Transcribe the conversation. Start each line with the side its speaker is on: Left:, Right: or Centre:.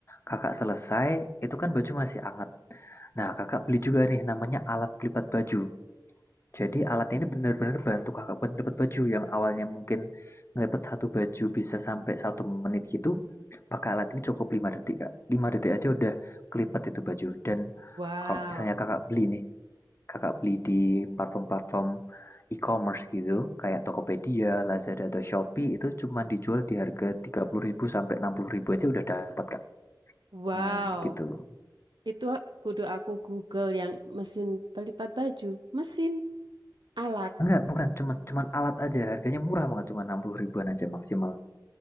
Left: Kakak selesai, itu kan baju masih hangat. Nah, Kakak beli juga nih namanya alat pelipat baju. Jadi alat ini benar-benar bantu Kakak buat ngelipat baju yang awalnya mungkin ngelipat satu baju bisa sampai satu menit gitu. Pakai alat ini cukup 5 detik, Kak. lima detik aja udah kelipat itu baju. Dan
Right: Wow,
Left: kalau misalnya Kakak beli nih, Kakak beli di platform-platform e-commerce gitu, kayak Tokopedia, Lazada, atau Shopee, itu cuma dijual di harga 30.000 sampai 60.000 aja udah dapat, Kak.
Right: wow.
Left: Hmm, gitu.
Right: Itu kudu aku Google yang mesin pelipat baju, mesin alat.
Left: Enggak, bukan cuman cuman alat aja, harganya murah banget, cuma 60 ribuan aja maksimal.